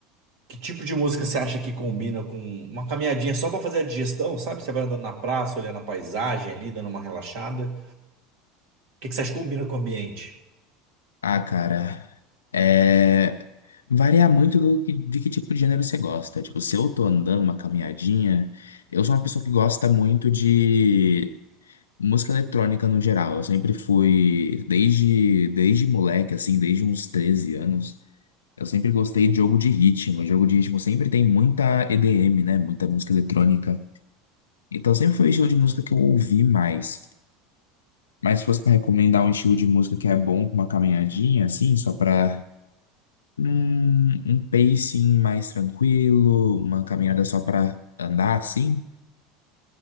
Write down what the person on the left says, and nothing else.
Ah, cara, é... varia muito do que, de que tipo de gênero você gosta. Tipo, se eu tô andando uma caminhadinha, eu sou uma pessoa que gosta muito de música eletrônica no geral. Eu sempre fui, desde, desde moleque, assim, desde uns 13 anos, eu sempre gostei de jogo de ritmo. Jogo de ritmo sempre tem muita EDM, né? Muita música eletrônica. Então sempre foi o estilo de música que eu ouvi mais. Mas se fosse pra recomendar um estilo de música que é bom com uma caminhadinha, assim, só pra Hum, um pacing mais tranquilo, uma caminhada só pra andar assim?